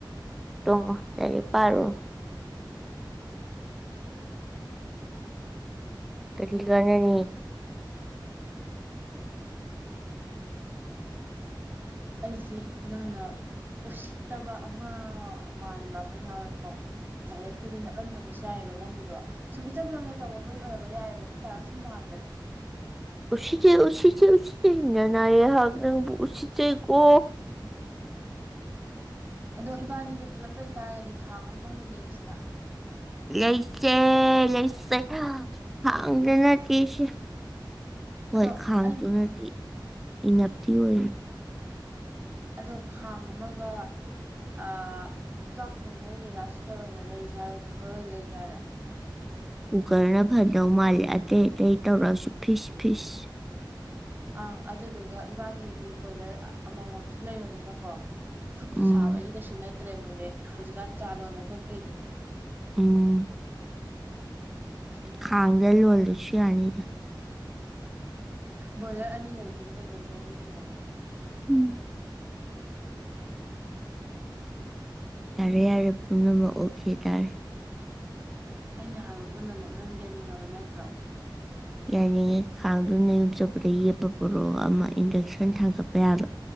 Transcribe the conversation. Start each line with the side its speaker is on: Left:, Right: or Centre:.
Centre: ꯇꯨꯝꯃꯣ ꯂꯥꯏꯔꯤꯛ ꯄꯥꯔꯨꯅꯣ꯫ ꯀꯔꯤ ꯀꯅꯥꯅꯤ
Right: ꯑꯩꯁꯤ ꯅꯪꯅ ꯎꯁꯤꯠꯇꯕ ꯑꯃ ꯃꯥꯟꯕ ꯑꯃ ꯌꯥꯎꯋꯦꯀꯣ ꯗꯥꯏꯔꯦꯛꯄꯨꯗꯤ ꯅꯠꯂꯝꯗꯕꯁꯨ ꯌꯥꯏꯌꯦꯕ ꯅꯪꯒꯤ ꯑꯗꯣ ꯁꯨꯝ ꯏꯆꯝ ꯆꯝꯅ ꯇꯧꯕꯕꯨꯗꯤ ꯑꯣꯏꯔꯝꯕ ꯌꯥꯏꯕ ꯑꯗꯣ ꯑꯣꯏꯇꯥꯥꯔꯒꯁꯨ ꯁꯨꯝ ꯃꯥꯟꯕꯗꯅ
Centre: ꯎꯁꯤꯠꯆꯩ ꯎꯁꯤꯠꯆꯩ ꯎꯁꯤꯆꯩ ꯅꯅꯥꯏ ꯑꯩꯍꯥꯛ ꯅꯪꯕꯨ ꯎꯁꯤꯠꯆꯩꯀꯣ
Right: ꯑꯗꯣ ꯏꯕꯥꯅꯤꯁꯦ ꯄꯨꯜꯂꯞ ꯂꯩꯇꯥꯔꯒꯗꯤ ꯈꯥꯡ ꯑꯇꯪ ꯌꯦꯡꯁꯤꯅ
Centre: ꯂꯩꯁꯦ ꯂꯩꯁꯦ ꯈꯥꯡꯗ ꯅꯠꯇꯦꯁꯦ ꯍꯣꯏ
Right: ꯑꯗꯣ
Centre: ꯈꯥꯡꯗꯨꯨꯅꯗꯤ
Right: ꯑꯩ
Centre: ꯏꯅꯞꯇꯤ ꯑꯣꯏꯔꯤ
Right: ꯑꯗꯣ ꯈꯥꯡ ꯑꯃꯒ ꯑꯥ ꯆꯥꯛ ꯊꯣꯡꯅꯕꯁꯦ ꯔꯥꯏꯁ ꯀꯨꯀꯔ ꯑꯣꯏꯅ ꯂꯩꯖꯦ ꯍꯥꯏꯔꯣ ꯀꯨꯀꯔ ꯑꯣꯏꯅ ꯂꯩꯖꯦ ꯍꯥꯏꯔꯣ꯫
Centre: ꯀꯨꯀꯔꯅ ꯐꯗꯧ ꯃꯥꯜꯂꯦ ꯑꯇꯩ ꯑꯇꯩ ꯇꯧꯔꯁꯨ ꯐꯤꯁ ꯐꯤꯁ
Right: ꯑꯥ ꯑꯗꯨꯗꯨꯒ ꯏꯕꯥꯅꯤꯒꯤꯗꯤ ꯕꯣꯏꯂꯔ ꯑꯃꯃꯝꯁꯨ ꯂꯩꯔꯕꯅꯤꯅꯀꯣ ꯐꯨꯠꯄ
Centre: ꯎꯝ
Right: ꯁꯥꯕꯒꯤꯗꯤ ꯀꯩꯁꯨ ꯅꯠꯇ꯭ꯔꯦꯕ ꯍꯧꯍꯤꯛ ꯍꯧꯖꯤꯛꯀꯥꯟ ꯆꯥ ꯂꯣꯟꯕ ꯈꯣꯠꯄꯩꯗꯤ꯫
Centre: ꯎꯝ꯫
Right: ꯎꯝ ꯑꯣꯈꯦ꫰꫰
Centre: ꯈꯥꯡꯗ ꯂꯣꯜꯂꯁꯨ ꯌꯥꯅꯤꯗ꯫
Right: ꯕꯒꯔ ꯑꯅꯤ ꯂꯩꯗꯨꯕ ꯀꯩꯗꯧꯖꯔꯨꯅꯤꯒꯦ꯫
Centre: ꯎꯝ ꯌꯥꯔꯦ ꯌꯥꯔꯦ ꯄꯨꯝꯅꯃꯛ ꯑꯣꯈꯦ ꯇꯥꯔꯦ꯫
Right: ꯑꯩꯅ ꯍꯥꯏꯕ ꯄꯨꯝꯅꯃꯛ ꯅꯪ ꯌꯥꯡꯅꯤꯡꯉꯕ ꯅꯠꯇ꯭ꯔꯣ꯫ <inaudible>
Centre: ꯌꯥꯅꯤꯡꯑꯦ ꯈꯥꯡꯗꯨꯅ ꯅꯌꯨꯝ ꯆꯄꯗ ꯌꯦꯞꯄ ꯄꯔꯛꯑꯣ ꯑꯃ ꯏꯟꯗꯛꯁꯟ ꯊꯥꯡꯒꯠꯄ ꯌꯥꯕ